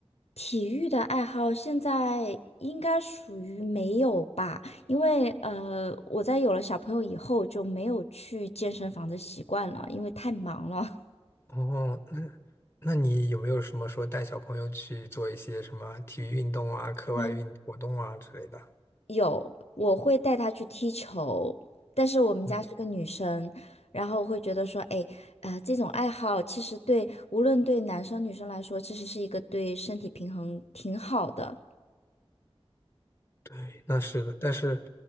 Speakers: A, on the left; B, on the left.
A: 体育的爱好现在应该属于没有吧，因为呃，我在有了小朋友以后就没有去健身房的习惯了，因为太忙了。
B: 哦，那那你有没有什么说带小朋友去做一些什么体育运动啊、课外运活动啊之类的？
A: 啊，<laughs> 有，我会带他去踢球，但是我们家是个女生，
B: 嗯，
A: 然后我会觉得说，哎，呃，这种爱好其实对无论对男生女生来说，其实是一个对身体平衡挺好的。
B: 对，那是的。但是